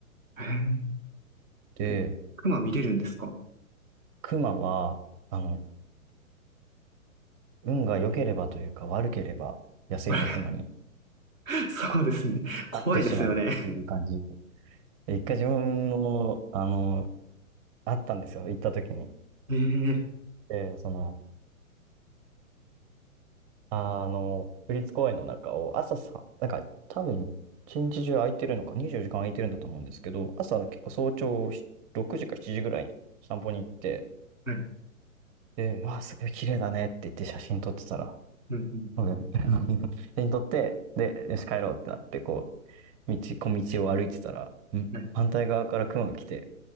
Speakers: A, in the centre; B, on the right (about 25°).
A: へえ。
B: で、
A: え、熊見れるんですか
B: 熊は、あの、運が良ければというか悪ければ野生のクマに
A: あれ <laughs> そうですね。
B: あ
A: 怖いですよね。
B: 会ってしまうっていう感じ。で一回自分の、あの、会ったんですよ、行った時に。
A: ええ
B: で、その、あの、国立公園の中を朝さ、なんか多分一日中空いてるのか、24時間空いてるんだと思うんですけど、朝結構早朝し6時か7時ぐらいに散歩に行って、
A: はい。
B: で、わあ、すごい綺麗だねって言って写真撮ってたら、
A: うん、うん、うん。
B: <laughs> なんか <laughs> 写真撮って、で、よし帰ろうってなって、こ道、小道を歩いてたら、ん反対側から熊が来て、
A: はい。